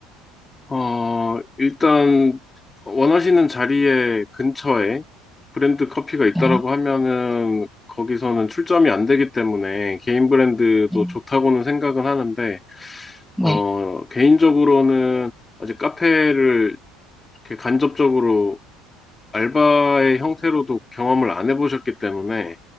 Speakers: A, on the left; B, in the centre.
A: 어, 일단 원하시는 자리에 근처에 브랜드 커피가 있다라고
B: 네,
A: 하면은 거기서는 출점이 안 되기 때문에 개인 브랜드도
B: 네,
A: 좋다고는 생각은 하는데
B: 네,
A: 어, 개인적으로는 아직 카페를 이렇게 간접적으로 알바의 형태로도 경험을 안 해보셨기 때문에